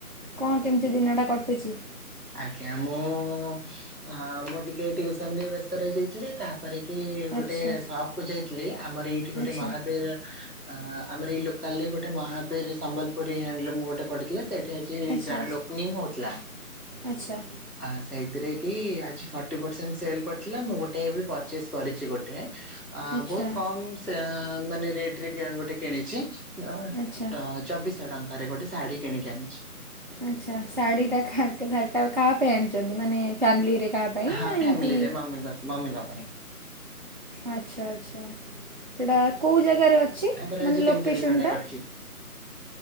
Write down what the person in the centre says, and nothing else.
ଆଜ୍ଞା ମୁଁ ମୁଁ ଟିକେ ଟିଉସନ ରେ ବ୍ୟସ୍ତ ରହିଯାଇଥିଲି ତାପରେ କି
ଗୋଟେ ସପ କୁ ଯାଇଥିଲି ଆମର ଏଇଠି ଗୋଟେ
ମହାବୀର ଆମର ଏଇ ଲୋକାଲ ରେ ଗୋଟେ ମହାବୀର ସମ୍ବଲପୁରୀ ହ୍ୟାଣ୍ଡଲୁମ୍ ଗୋଟେ ପଡିଥିଲା ସେଇ ଟେ ଆଜି
ଗ୍ରାଣ୍ଡେ ଓପନିଙ୍ଗ ହୋଉଥିଲା।
ଆ ସେଇଥିରେ କି ଆଜି ଫଟି ପରସେଣ୍ଟ ସେଲ ପଡିଥିଲା ମୁଁ ଗୋଟେ ଏବେ ପରଚିସ୍‌ କରିଚି ଗୋଟେ। ଆ
ବହୁତ୍
କମ ସେ ମାନେ ରେଟ ରେ କେୟାର ଗୋଟେ କିଣିଚିତ
ଟ ଚବିଶହ ଟଙ୍କାରେ ଗୋଟେ ଶାଢୀ କିଣିକି ଆଣିଚି।
ହଁ
ଫ୍ୟାମିଲିରେ ମମି ଙ୍କ ମମି ଙ୍କ ପାଇଁ।
ତାଙ୍କର
ଆଜି କେମିତି
ଦିନଟା କଟିଲା